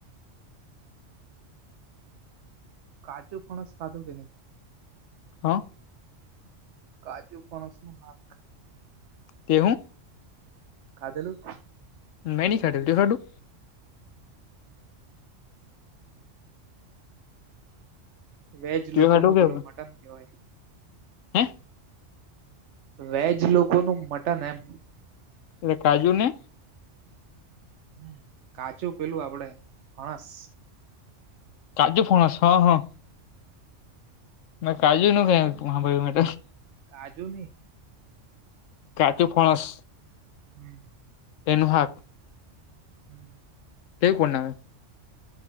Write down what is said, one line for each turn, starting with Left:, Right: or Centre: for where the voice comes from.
Right: કાચું ફળશ ખાધું કે નં.
Left: હા
Right: કાછુ ફણસ નું હાક
Left: તે હું.
Right: ખા ધેલું
Left: મેં ની ખાધેલું તે ખાધૂ
Right: વેજ
Left: તે
Right: લોકો
Left: ખાધું
Right: નુ
Left: કે
Right: પેલું મટન કેવાય.
Left: હે
Right: વેજ લોકો નુ મટન એમ.
Left: એટલે કાજુ ને.
Right: હમ્મ કાચું પેલું આપડે ફણસ
Left: કાજુ ફણસ હા હા. મેં કાજુ નું ખાય હાંભળ્યું
Right: કાજુ ની.
Left: કાછુ ફણસ
Right: હમ્મ.
Left: તેનું શાક
Right: હમ્મ.
Left: કેવું બનાવે